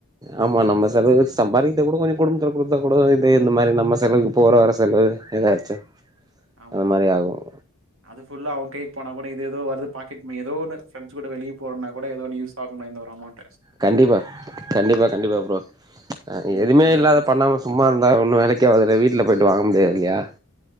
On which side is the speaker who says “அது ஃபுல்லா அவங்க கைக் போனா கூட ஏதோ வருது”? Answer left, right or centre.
Right